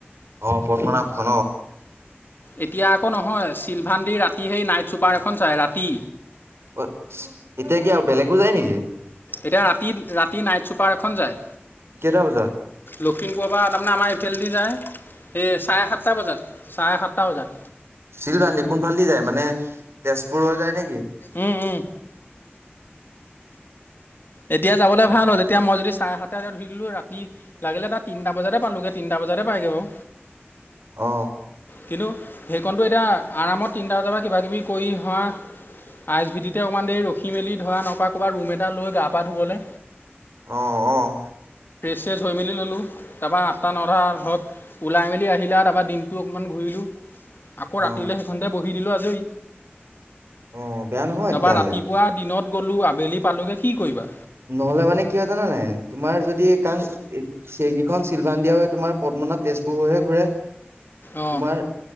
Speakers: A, on the right; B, on the left.
A: অ পদ্মনাথ অ।
B: এতিয়া আকৌ নহয় চিলভাণ্ডি ৰাতি সেই নাইট ছুপাৰ এখন চায় ৰাতি।
A: অ এতিয়া কি আৰু বেলেগো যায় নেকি!
B: এতিয়া ৰাতি ৰাতি নাইট ছুপাৰ এখন যায়।
A: কেটা বজাত।
B: লখিমপূৱৰ পৰা তাৰমানে আমাৰ এইফাল দি যায়। এই চাৰে সাতটা বজাত চাৰে সাতটা বজাত।
A: চিলৱানী কোনফালেদি যায় মানে তেজপুৰৰ যায় নেকি।
B: উম উম। এতিয়া যাবলৈ ভাল হ'ল এতিয়া মই যদি চাৰে সাতটা বজাত ধৰিলো ৰাতি লাগিলে তাত তিনটা বজাতে পালোগে তিনটা বজাত। বজাৰ তে পায় গৈ বাও
A: অ
B: কিন্তু সেইকনটো আৰমত। তিনিটা বজাৰ পৰা কিব কিবি কৰি অহোৱা। আই এচ ভিটিতে অকণমান দেৰি ৰখি মেলি ধৰা নপৰা ক'ৰবাত ৰুম এটা লৈ গা পা ধুবলে।
A: অহ অহ।
B: চেজ হৈ মেলি ল'লোঁ তাৰপৰা আঠা নটা ধৰক। ওলাই মেলি আহিলে তাৰপা দিনটো অকণমান ঘূৰিলোঁ আকৌ ৰাতিলৈ
A: অ
B: সেইখনতে বহিলো। দিলো আজই
A: অ বেয়া নহয়
B: তাৰ
A: তেতিয়াহ'লে
B: পৰা ৰতি পুৱা দিনত। ক'লো আবেলি পালোগে কি কৰিবা।
A: নহলে মানে কিয় জানা নাই তোমাৰ যদি কাণ। সেইকেইখন চিলভা্ডিয়ও তোমাৰ পদ্মনাথ তেজপুৰ হৈহে ঘূৰে।
B: অঁ
A: তোমাৰ